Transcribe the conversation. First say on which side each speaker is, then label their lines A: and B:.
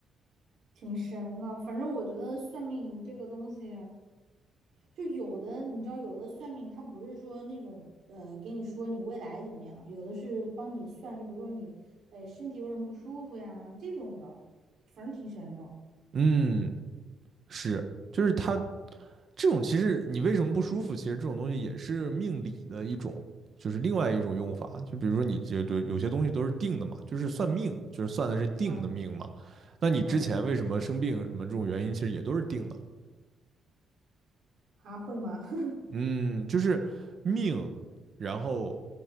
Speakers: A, on the right; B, on the right.
A: 挺神的。反正我觉得算命这个东西，就有的你知道，有的算命它不是说那种呃给你说你未来怎么样，有的是帮你算，就比如说你呃身体有什么不舒服呀这种的，反正挺神的。
B: 嗯，是，就是他，这种其实你为什么不舒服？其实这种东西也是命理的一种，就是另外一种用法。就比如说你这对有些东西都是定的嘛，就是算命，就是算的是定的命嘛。
A: 嗯
B: 那你之前为什么生病什么这种原因，
A: 嗯，
B: 其实也都是定的。
A: 啊会吗？<laughs>
B: 嗯，就是命，然后